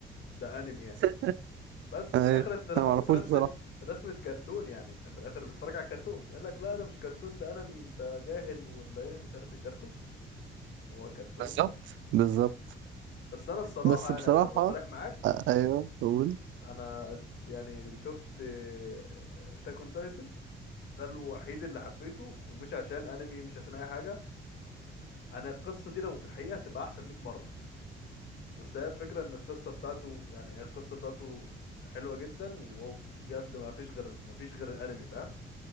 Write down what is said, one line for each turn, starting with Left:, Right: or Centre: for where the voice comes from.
Left: ده انمي يعني
Right: <laughs>
Left: بس
Right: ايوه
Left: في الاخر انت حاطط
Right: انا ما اعرفوش
Left: رسمة
Right: بصراحه
Left: رسمة كرتون يعني انت في الاخر بتتفرج على كرتون يقول لك لا ده مش كرتون ده انمي انت جاهل ولا ايه مش عارف ايه كرتون هو كرتون
Right: بالظبط بالظبط
Left: بس انا الصراحه
Right: بس
Left: يعني
Right: بصراحة
Left: عشان ابقى صريح معاك
Right: أ- أيوه قول
Left: انا يعني شفت اتاك اون تايتن ده الوحيد اللي حبيته ومش عشان انمي مش عشان اي حاجه انا القصه دي لو في الحقيقه هتبقى احسن 100 مره بس هي الفكره ان القصه بتاعته يعني هي القصه بتاعته حلوه جدا وهو بجد ما فيش غير ما فيش غير الانمي فاهم